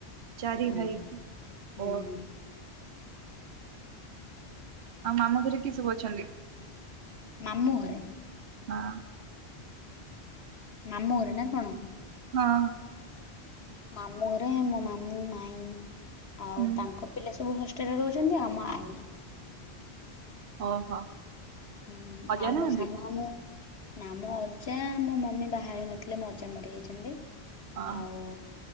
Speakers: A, on the right; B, on the left.
A: ଚାରି
B: ହୁଁ
A: ଭାଇ
B: ହୁଁ
A: ଓ ଆଉ ମାମୁଁ ଘରେ କିଏ ସବୁ ଅଛନ୍ତି?
B: ମାମୁଁ ଘରେ?
A: ହଁ।
B: ମାମୁଁ ଘରେ ନା କଣ?
A: ହଁ।
B: ମାମୁଁ ଘରେ, ମୋ ମାମୁଁ, ମାଇଁ ଆଉ
A: ହୁଁ
B: ତାଙ୍କ ପିଲା ସବୁ ହଷ୍ଟେ ହଷ୍ଟେଲ ରେ ରହୁଛନ୍ତି ଆଉ ମୋ ଆଈ
A: ଓହୋ!
B: ହୁଁ,
A: ଅଜା
B: ଆଉ
A: ନାହାନ୍ତି?
B: ମୋ ସାନ ମାମୁଁ ନାଁ ମୋ ଅଜା ମୋ ମମି ବାହା ହେଇନଥିଲେ ମୋ ଅଜା ମରିଯାଇଛନ୍ତି।
A: ହଁ
B: ଆଉ